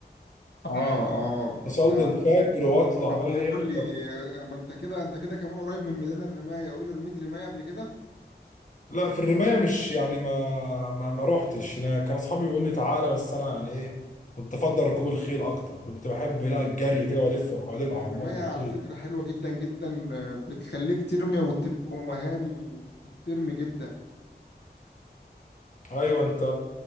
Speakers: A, on the left (about 75°); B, on the left (about 45°).
A: اه اه
B: اصلي
A: انت
B: الفجر واطلع
A: طب
B: بقى
A: وقول
B: ايه اركب
A: لي آه، ما انت كده انت كده كمان قريب من ميدان الرماية قول لي رميت رماية قبل كده
B: لا في الرمايه مش يعني ما ما, ما روحتش انا كان اصحابي يقول لي تعالى بس انا يعني ايه كنت افضل ركوب الخيل اكتر كنت بحب لا الجري كده والف حوالين
A: الرماية
B: الاهرامات بالخيل
A: على فكرة حلوة جدا جدا آه، بتخليك ترمي وتبقى مهاري بترمي جدا
B: ايوه انت